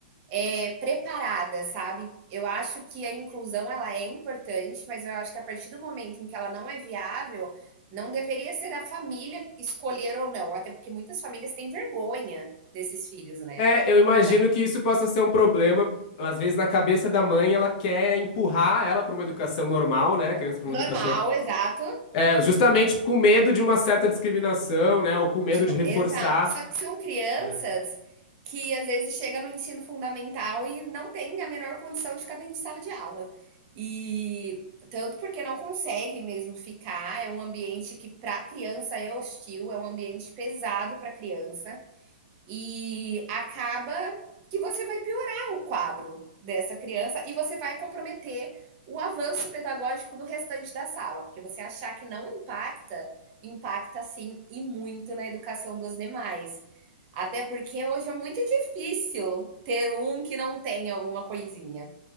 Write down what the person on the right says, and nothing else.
é, preparada, sabe? Eu acho que a inclusão ela é importante, mas eu acho que a partir do momento em que ela não é viável, não deveria ser a família escolher ou não, até porque muitas famílias têm vergonha desses filhos, né?
Não
Normal,
exato.
De-
exato. Só que são crianças
que às vezes chegam no ensino fundamental e não têm a menor condição de ficar dentro de sala de aula. E tanto porque não consegue mesmo ficar, é um ambiente que para criança é hostil, é um ambiente pesado para criança. E acaba que você vai piorar o quadro dessa criança e você vai comprometer o avanço pedagógico do restante da sala, porque você achar que não impacta, impacta sim e muito na educação dos demais. Até porque hoje é muito difícil ter um que não tem alguma coisinha.